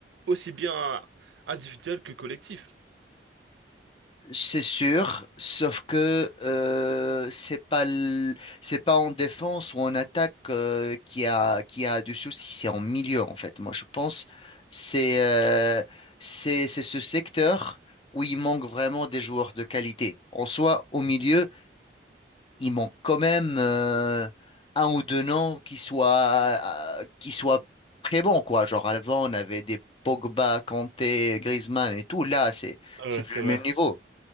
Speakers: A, on the right (about 80°); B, on the left (about 30°).
A: aussi bien individuel que collectif.
B: C'est sûr, sauf que euh, c'est pas l- c'est pas en défense ou en attaque euh, qui a qui a du souci, c'est en milieu en fait. Moi, je pense c'est euh, c'est c'est ce secteur où il manque vraiment des joueurs de qualité. En soi, au milieu, il manque quand même euh, un ou deux noms qui soient euh, qui soient très bons quoi. Genre avant, on avait des Pogba, Kanté, Griezmann et tout. Là, c'est
A: Euh,
B: c'est plus
A: c'est
B: le
A: vrai.
B: même niveau.